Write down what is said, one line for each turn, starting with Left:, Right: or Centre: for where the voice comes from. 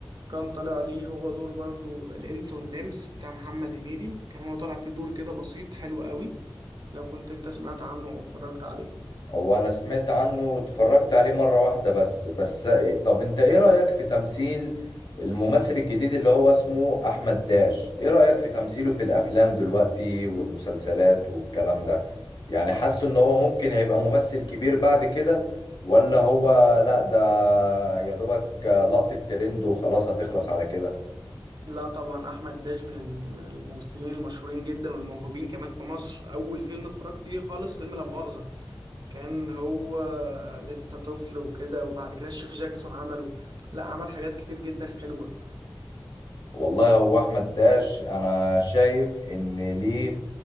Right: كان طالع ليه هو دور برضو الإنس والنمس بتاع محمد هنيدي كان هو طالع فيه دور كده بسيط حلو قوي لو كنت انت سمعت عنه او اتفرجت عليه
Left: هو انا سمعت عنه واتفرجت عليه مرة واحدة بس بس إيه- طب انت ايه رأيك في تمثيل الممثل الجديد اللي هو اسمه احمد داش ايه رأيك في تمثيله في الافلام دلوقتي والمسلسلات والكلام ده يعني حاسه ان هو ممكن هيبقى ممثل كبير بعد كده ولا هو لا ده يا دوبك لقطة ترند وخلاص هتخلص على كده
Right: لا طبعا احمد داش من الم- من الممثلين المشهورين جدا والموهوبين كمان في مصر اول فيلم اتفرجت ليه خالص فيلم لا مؤاخذة كان هو لسه طفل وكده وبعد كده الشيخ جاكسون عمله لا عمل حاجات كتير جدا حلوة
Left: والله هو احمد داش انا شايف ان ليه